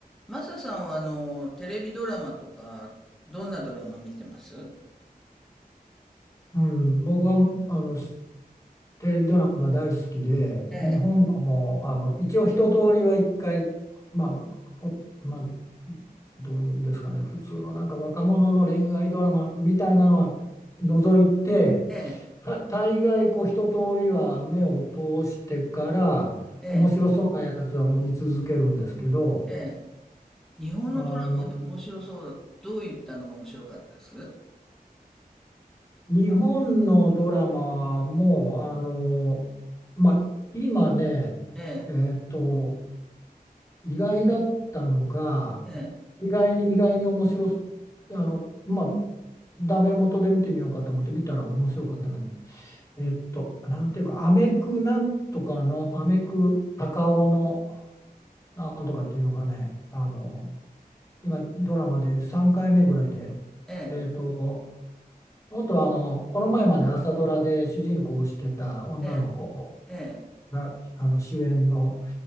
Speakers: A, in the centre; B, on the left.
A: マサさんはあの、テレビドラマとか、どんなドラマ見てます
B: うん、僕はあのすテレビドラマ大好きで日本のもあの一応一通りは一回、
A: ええ、
B: まあほまあ、どういうんですかね普通のなんか若者の恋愛ドラマみたいなのは除いて
A: ええ、
B: た大概こう一通りは目を通してから面白そうなやつはもう見続けるんですけど
A: ええ、ええ。日本のドラマって面白そうだ。
B: あの
A: どういったのが面白かったです
B: 日本のドラマも、あの、まあ、今ね、
A: ええ、
B: えっと、意外だったのが、
A: ええ、
B: 意外に、意外に面白す、あの、まあ、ダメ元で見てみようかと思って見たら面白かったのに、えっと、なんていうか、アメクなんとかの、アメク高尾のなんとかっていうのがね、あの、今、ドラマで3回目ぐらいで、
A: ええ、
B: えっと、元あの、この前まで朝ドラで主人公をしてた女の子
A: ええ、え
B: があの主演の、